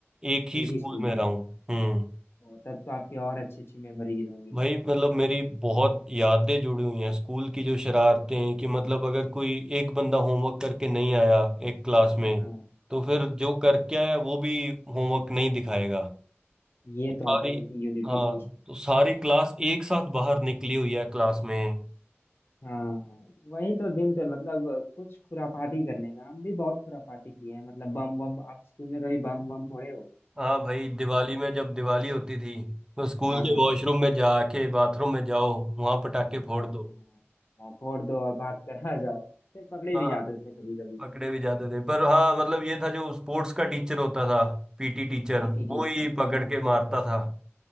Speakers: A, on the right; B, on the left.
A: एक ही
B: एक
A: स्कूल
B: ही स्कूल
A: में
B: में
A: रहा हूँ हम्म
B: ओ, तब तो आपकी और अच्छी अच्छी मेमोरीज होंगी
A: भाई मतलब मेरी बहुत यादें जुड़ी हुई हैं स्कूल की जो शरारतें कि मतलब अगर कोई एक बंदा होमवर्क करके नहीं आया एक क्लास में
B: हाँ
A: तो फिर जो करके आया वो भी होमवर्क नहीं दिखाएगा
B: ये
A: तो
B: तो
A: सारी
B: आप लोगों की यूनिटी
A: हाँ
B: थी
A: तो सारी क्लास एक साथ बाहर निकली हुई है क्लास में
B: हाँ वही तो दिन थे मतलब कुछ खुरापाती करने का हम भी बहुत खुरापाती किए हैं मतलब बम बम आप तूने कभी बम बम फोड़े हो
A: हाँ भाई दिवाली में जब दिवाली होती थी तो स्कूल
B: हाँ हाँ
A: के वॉशरूम में जाके बाथरूम में जाओ वहां पटाखे फोड़
B: हाँ
A: दो
B: हाँ, फोड़ दो और भाग कर आ जाओ फिर पकड़े
A: हाँ
B: भी जाते थे कभी कभी
A: पकड़े भी जाते थे पर हाँ मतलब ये था जो स्पोर्ट्स का टीचर होता था पीटी टीचर
B: पीटी
A: वो
B: टीचर
A: ही पकड़
B: हाँ
A: के मारता था